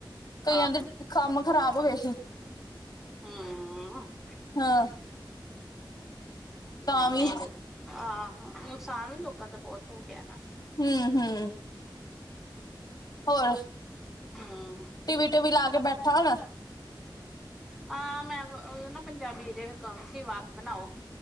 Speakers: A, on the left (about 55°); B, in the centre.
A: ਕਈਆਂ
B: ਆਹੋ
A: ਦੀ ਕੰਮ ਖ਼ਰਾਬ ਹੋ ਗਿਆ ਸੀ।
B: ਹੂੰ -ਹੂੰ।
A: ਹਾਂ। ਤਾਂ
B: ਨਹੀਂ-ਨਹੀ,
A: ਵੀ
B: ਵਧੀਆ, ਆਹਾਂ ਨੁਕਸਾਨ ਵੀ ਲੋਕਾਂ ਦਾ ਬਹੁਤ ਹੋ ਗਿਆ ਨਾ।
A: ਹੂੰ-ਹੂੰ, ਹੋਰ?
B: ਹੂੰ।
A: ਟੀਵੀ-ਟੀਵੀ ਲਾ ਕੇ ਬੈਠਾ ਹੋਣਾ।
B: ਹਾਂ ਮੈਂ ਵ ਓਦਾ ਨਾ ਪੰਜਾਬੀ ਦੇ ਕੰਮ ਸੀ ਵਾਕ ਬਣਾਓ।